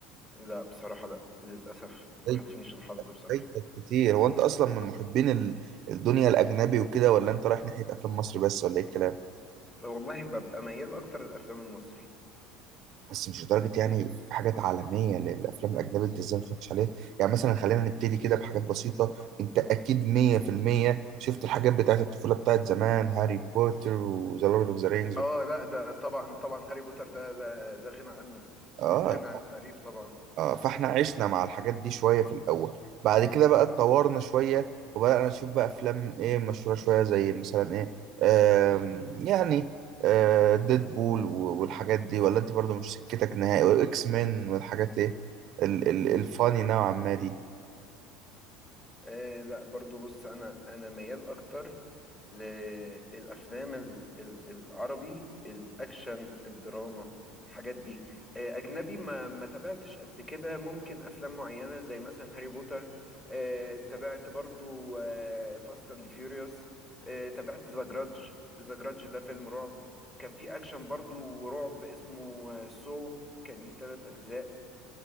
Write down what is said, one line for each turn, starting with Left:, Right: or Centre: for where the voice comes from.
Left: لا بصراحه لا للاسف ما
Right: فايتك
Left: حالفنيش الحظ بصراحه
Right: فايتك كتير هو انت اصلا من محبين ال- الدنيا الاجنبي وكده ولا انت رايح ناحية افلام مصري بس ولا ايه الكلام
Left: والله ببقى ميال اكتر للافلام المصري
Right: بس مش لدرجة يعني في حاجات عالمية للأفلام الأجنبية أنت إزاي ما اتفرجتش عليها يعني مثلا خلينا نبتدي كده بحاجات بسيطة أنت أكيد 100% شفت الحاجات بتاعت الطفولة بتاعت زمان هاري بوتر وذا لورد أوف ذا رينجز
Left: اه لا ده طبعا طبعا هاري بوتر ده لا, لا غنى عنه
Right: آه
Left: غنى عن التعريف طبعا
Right: آه، فاحنا عشنا مع الحاجات دي شوية في الأول بعد كده بقى اتطورنا شوية وبدأنا نشوف بقى أفلام إيه مشهورة شوية زي مثلا إيه آم، يعني آه، ديدبول و- والحاجات دي ولا أنت برضو مش سكتك نهائي وإكس مان والحاجات إيه ال- ال- الفاني نوعا ما دي
Left: آه لا برضو بص انا انا ميال اكتر للأفلام ال- ال- العربي الأكشن الدراما الحاجات دي آه، أجنبي ما ما تابعتش قد كده ممكن أفلام معينة زي مثلا هاري بوتر آه، تابعت برضو فاست أند فيوريوس تابعت ذا جراج ذا جراج ده فيلم رعب كان فيه أكشن برضو ورعب اسمه سو كان ليه تلات أجزاء